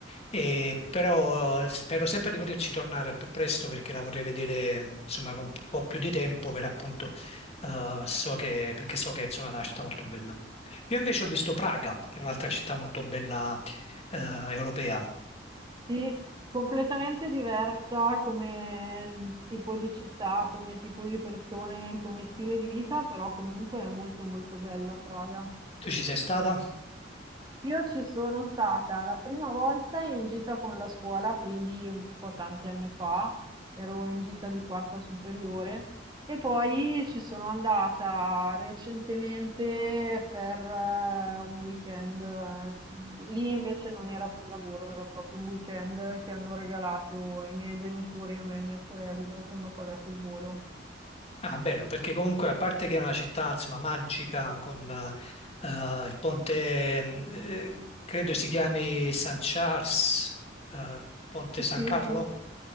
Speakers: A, on the left; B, on the right.
A: E però eh, spero sempre di poterci tornare al più presto perché la vorrei vedere mm, insomma con un po' più di tempo per appunto eh, so che, perché so che insomma, è una città molto bella. Io invece ho visto Praga, che è un'altra città molto bella eh, europea.
B: Sì, completamente diversa come tipo di città, come tipo di persone, come stile di vita, però comunque è molto molto bella Praga.
A: Tu ci sei stata?
B: Io ci sono stata la prima volta in gita con la scuola, quindi un po' tanti anni fa, ero in gita di quarta superiore e poi ci sono andata recentemente per eh, un weekend. eh, Lì invece non era per lavoro, era proprio un weekend che hanno regalato i miei genitori a me e mia sorella, che hanno pagato il volo.
A: Ah, bello, perché comunque a parte che è una città, insomma, magica con eh, il ponte, mh, eh, credo si chiami San Charles, eh, Ponte San
B: Sì,
A: Carlo.
B: giusto.